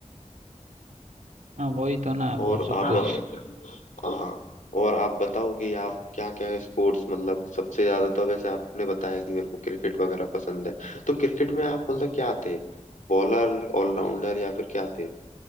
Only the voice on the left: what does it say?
और
आप
हाँ ये तो है। हाँ, और आप बताओ कि आप क्या क्या स्पोर्ट्स मतलब सबसे ज्यादा तो वैसे आपने बताया कि मेरे को क्रिकेट वगैरह पसंद है तो क्रिकेट में आप मतलब क्या थे बॉलर ऑलराउंडर या फिर क्या थे